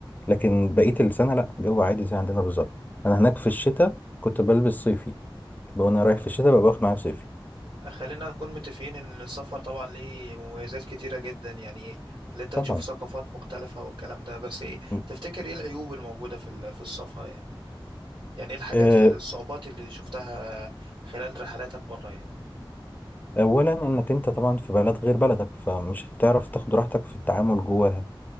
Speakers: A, on the left (about 20°); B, on the right (about 65°).
A: لكن بقية السنة لا جو عادي زي عندنا بالظبط أنا هناك في الشتاء كنت بلبس صيفي وأنا رايح في الشتاء ببقى باخد معايا صيفي
B: خلينا نكون متفقين ان السفر طبعا ليه مميزات كتيرة جدا يعني اللي انت
A: طبعا
B: تشوف ثقافات مختلفة والكلام ده بس ايه
A: م-
B: تفتكر ايه العيوب الموجودة في ال- في السفر يعني يعني ايه الحاجات
A: آه،
B: ال- الصعوبات اللي شفتها خلال رحلاتك بره يعني
A: أولا إنك أنت طبعا في بلد غير بلدك فمش هتعرف تاخد راحتك في التعامل جواها